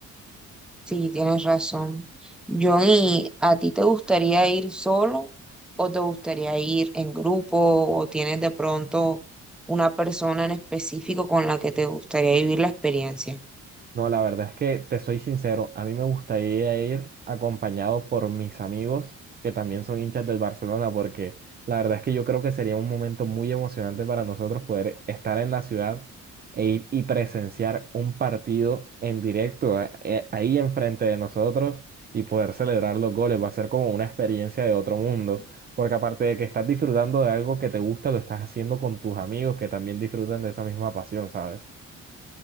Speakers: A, in the centre; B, on the right (about 30°).
A: Sí, tienes razón. Johnny, ¿a ti te gustaría ir solo o te gustaría ir en grupo o tienes de pronto una persona en específico con la que te gustaría vivir la experiencia?
B: No, la verdad es que te soy sincero, a mí me gustaría ir acompañado por mis amigos que también son hinchas del Barcelona, porque la verdad es que yo creo que sería un momento muy emocionante para nosotros poder estar en la ciudad e ir y presenciar un partido en directo a- eh, ahí enfrente de nosotros y poder celebrar los goles. Va a ser como una experiencia de otro mundo, porque aparte de que estás disfrutando de algo que te gusta, lo estás haciendo con tus amigos que también disfrutan de esa misma pasión, ¿sabes?